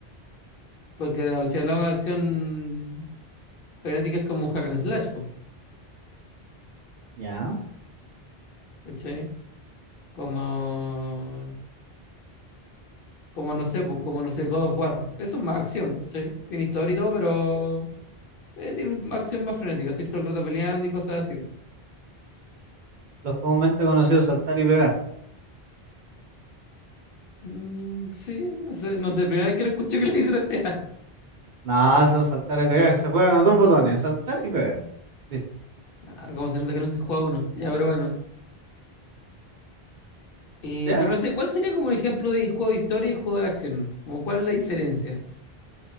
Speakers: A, on the left; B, on the right.
A: Porque al- si hablamos de acción frenética es como un hack and slash, po,
B: Ya,
A: ¿cachai? Como, como no sé, po, como no sé, God of War. Eso es más acción, ¿cachai? Tiene historia y todo, pero eh, tiene una acción más frenética. Estoy todo el rato peleando y cosas así.
B: los comúnmente conocidos saltar y pegar.
A: Mm, sí, no sé, no sé, primera vez que lo escucho que le dicen así.
B: Nada, eso es saltar y pegar. Se juegan con dos botones, saltar y pegar. Listo,
A: Ah, Como se nota que nunca he jugado uno. Ya, pero bueno. Eh,
B: ¿Ya?
A: pero no sé, ¿cuál sería como un ejemplo de juego de historia y juego de acción? Como, ¿cuál es la diferencia?